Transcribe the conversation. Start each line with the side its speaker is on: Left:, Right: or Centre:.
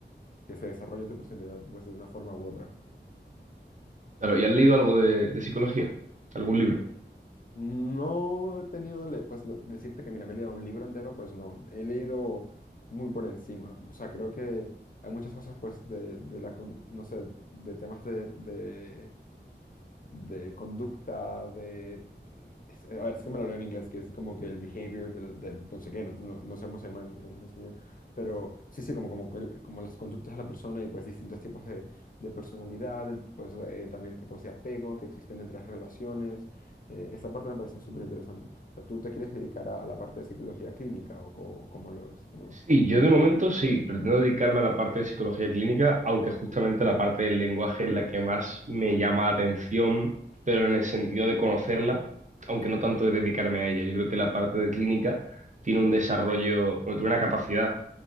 Left: que se desarrolle tu personalidad pues, de una forma u otra.
Right: Claro, ¿y has leído algo de, de psicología? ¿Algún libro?
Left: No he tenido, le- pues no- decirte que mira, me he leído un libro entero, pues no, he leído muy por encima. O sea, creo que hay muchas cosas pues de, de la, con- no sé, de temas de, de de conducta, de... es- A ver, es que me lo leo en inglés, que es como que el behavior del, del no sé qué, no, no- no sé cómo se llama en, en español, pero sí, sí, como, como, cual- como las conductas de la persona y pues distintos tipos de, de personalidad, el- pues eh, también tipos de apego que existen entre las relaciones. Eh, esta parte me parece súper interesante. O sea, ¿tú te quieres dedicar a, a la parte de psicología clínica o, o- o cómo lo ves? ¿Cómo, cómo
Right: Sí,
Left: lo
Right: yo
Left: ves?
Right: de momento sí, pretendo dedicarme a la parte de psicología clínica, aunque justamente la parte del lenguaje es la que más me llama la atención, pero en el sentido de conocerla, aunque
Left: Ujú,
Right: no tanto de dedicarme a ella. Yo creo que la parte de clínica tiene un desarrollo, bueno, tiene una capacidad